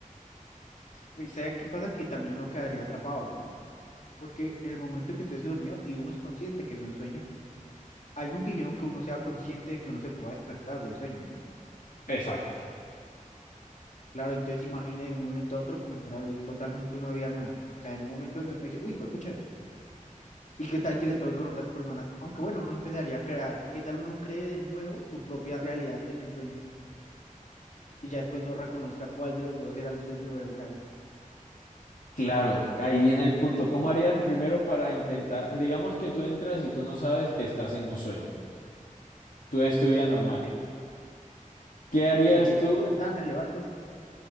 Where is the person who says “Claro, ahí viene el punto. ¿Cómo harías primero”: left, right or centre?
Left